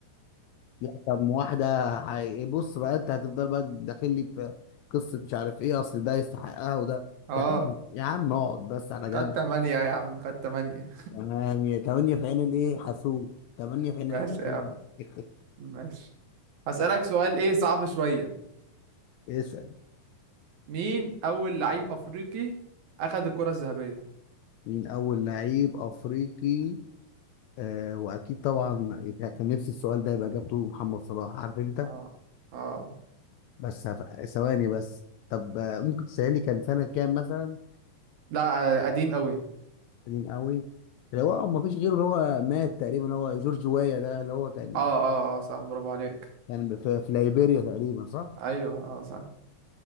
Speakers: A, on the left (about 90°); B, on the right (about 65°).
A: لا طب ما واحدة هي- بص بقى انت هتفضل بقى داخل لي في قصة مش عارف ايه اصل ده يستحقها وده
B: اه
A: يا عم يا عم اقعد بس على جنب
B: خدت تمانية يا عم خدت تمانية
A: تمام تمانية في عين الايه حسود تمانية في عين
B: ماشي
A: الحسود
B: يا عم
A: <laughs>
B: ماشي هسألك سؤال ايه صعب شوية
A: اسأل
B: مين أول لعيب أفريقي أخد الكرة الذهبية
A: مين أول لعيب أفريقي آه وأكيد طبعا كان نفسي السؤال ده يبقى إجابته محمد صلاح عارف أنت
B: اه اه
A: بس هف- ثواني بس طب آه ممكن تسألي كان سنة كام مثلا
B: لا قديم قوي
A: قديم قوي اللي هو ما فيش غيره اللي هو مات تقريبا هو جورج وايا ده اللي هو كان
B: اه اه اه صح برافو عليك
A: يعني في, في ليبيريا تقريبا صح
B: ايوه اه صح